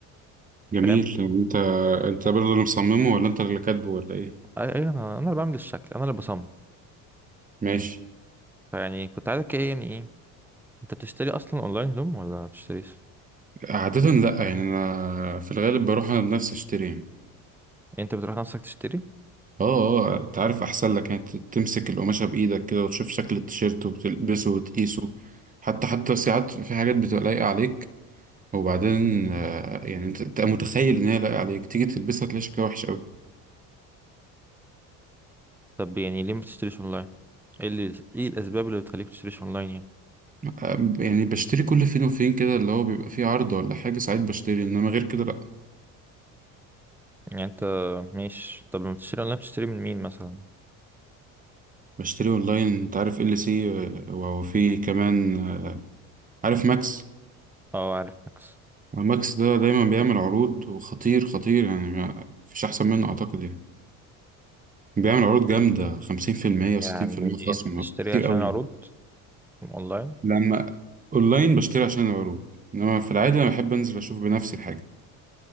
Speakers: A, in the centre; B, on the right.
A: فاهم
B: جميل يعني انت انت برضه اللي مصممه ولا انت اللي كاتبه ولا ايه؟
A: اي اي انا انا اللي بعمل الشكل انا اللي بصمم
B: ماشي
A: فيعني كنت عايزك ايه يعني ايه انت بتشتري اصلا اونلاين هدوم ولا ما بتشتريش
B: عادة لا يعني انا في الغالب بروح انا بنفسي اشتري يعني
A: يعني انت بتروح نفسك تشتري
B: اه اه انت عارف احسن لك يعني ت- تمسك القماشة بايدك كده وتشوف شكل التيشيرت وتلبسه وتقيسه حتى حتى ساعات في حاجات بتبقى لايقة عليك وبعدين آه، يعني انت تبقى متخيل ان هي لايقة عليك تيجي تلبسها تلاقي شكلها وحش قوي
A: طب يعني ليه ما بتشتريش اونلاين ايه اللي ايه الاسباب اللي بتخليك تشتريش اونلاين يعني
B: آه، يعني بشتري كل فين وفين كده اللي هو بيبقى فيه عرض ولا حاجة ساعات بشتري انما غير كده لا
A: يعني انت مش طب لما بتشتري اونلاين بتشتري من مين مثلا
B: بشتري اونلاين انت عارف ال سي وفي كمان آه، عارف ماكس
A: اه عارف ماكس
B: ماكس ده دايما بيعمل عروض وخطير خطير يعني ما فيش احسن منه اعتقد يعني بيعمل عروض جامدة 50%
A: يعني
B: و60% خصم
A: انت بتشتري
B: كتير
A: عشان
B: قوي
A: عروض اونلاين
B: لما أونلاين بشتري عشان العروض إنما في العادة أنا بحب أنزل أشوف بنفسي الحاجة